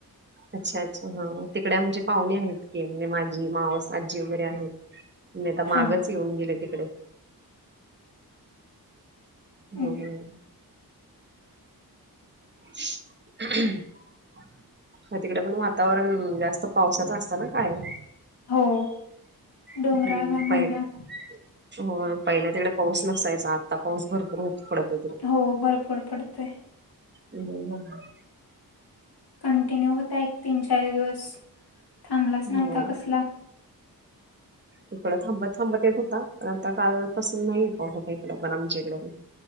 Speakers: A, on the right (about 30°); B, on the left (about 80°).
A: अच्छा अच्छा हा तिकडे आमचे पाहुणे आहेत ते म्हणजे माझी मावस आजी वगैरे आहेत. मी आता
B: हा
A: मागच येऊन गेले तिकडे.
B: हम्म.
A: होय होय. ह <inaudible> तिकडे पण वातावरण जास्त पावसाचं असतं ना कायम.
B: हो, डोंगराळ
A: पै, <unintelligible>
B: भाग म्हणलं
A: हो पहिल्या तिकडे पाऊस नसायचा आता पाऊस भरपूर होत पडत
B: हो भरपूर पडतय.
A: हम हम, भरपूर.
B: कंटिन्यू होता एक तीन चार दिवस. थांबलाच
A: हो,
B: नव्हता कसला <inaudible>
A: इकडं थांबत थांबत येत होता. पण आता कालपसून नाही प होत इकड पण आमच्या इकडे.